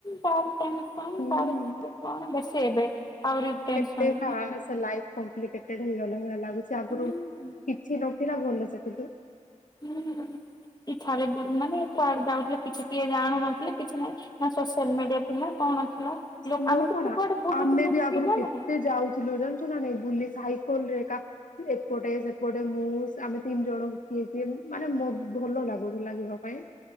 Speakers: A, on the left; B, on the left.
A: ତାରି ପାଇଁ କଣ
B: ହୁଁ
A: ଚାରିପାର୍ଶ୍ୱ କଣ ବେଶୀ ଏବେ ଆହୁରି ଟେନସନ୍
B: କେତେ ଖାସ ସେ ଲାଇଫ କମ୍ପ୍ଲିକେଟେଡେ ହେଇଗଲା ଭଳିଆ ଲାଗୁଛି
A: ହୁଁ।
B: ଆଗରୁ କିଛି ନଥିଲା ଭଲ ସେ ଥିଲୁ।
A: ହୁଁ ଏ ଇଛାଡ଼େ ବୁଲ ମାନେ କୁଆଡେ ଯାଉଥିଲେ କିଛି କିଏ ଜାଣୁନଥିଲେ କିଛି ନାହିଁ ନା ସୋସିଆଲ ମିଡିଆ ଥିଲା କଣ ଥିଲା।
B: ସେ
A: ଲୋକ ଆମେ କେତେ
B: ପରା
A: କୁଆଡେ ବୁଲୁଥିଲେ
B: ଆମେ ବି ଆଗରୁ
A: କିଏ ଜାଣୁଥିଲା
B: କେତେ ଯାଉଛୁ ିଲୁ ଜ ତୁ <inaudible> ନା ନ ବୁଲଲି ସାାଇ ଖୋଲରେ ଏକା। ଏପଟେ ସେପଟେ ମୁଁ ଆମେ ତିନି ଜଣ କିଏ କିଏ ମାନେ ମ ଭଲ ଲାଗୁଥିଲା ଯିବା ପାଇଁ।